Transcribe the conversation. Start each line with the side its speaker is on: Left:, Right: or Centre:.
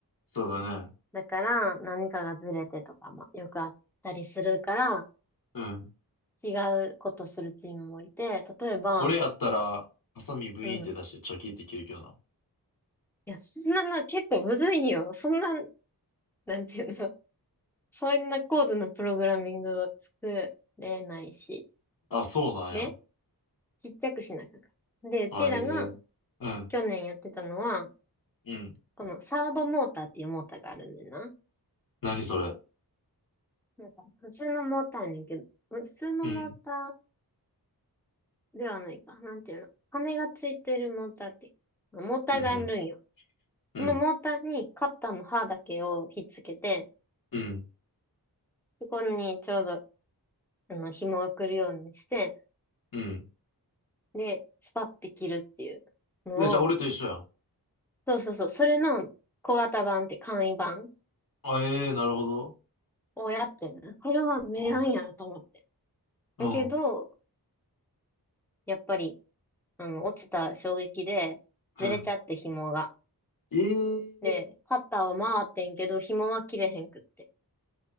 Left: そうだね。
Centre: だから、何かがずれてとかもよくあったりするから、
Left: うん。
Centre: 違うことするチームもいて、例えば、
Left: 俺やったら、ハサミブイーンって出してチョキって切るけどな。
Centre: うん。いや、そんなの結構むずいんよ。そんな、なんていうの、そんな高度なプログラミングを作れないし、
Left: あ、そうなんや。
Centre: で、ちっちゃくしなきゃいけないで、うちらが
Left: あ、ええうん、
Centre: 去年やってたのは、
Left: うん。
Centre: このサーボモーターっていうモーターがあるんだよな。
Left: 何それ。
Centre: なんか、普通のモーターやねんけど、普通のモーター
Left: うん、
Centre: ではないか。なんていうの。羽がついてるモーターって。モーターがあるんよ。
Left: うん、うん、うん、
Centre: そのモーターにカッターの刃だけをひっつけて、
Left: うん、
Centre: そこにちょうど、あの、紐が来るようにして、
Left: うん。
Centre: で、スパッて切るっていうのを、
Left: え、じゃあ俺と一緒やん。
Centre: そうそうそう、それの小型版って簡易版
Left: あ、ええなるほど。
Centre: をやってんなこれは名案やなと思って。
Left: うん、うん、
Centre: けど、やっぱり、あの、落ちた衝撃で、
Left: うん。
Centre: ずれちゃって紐が。
Left: え
Centre: で、カッターは回ってんけど、紐は切れへんくって。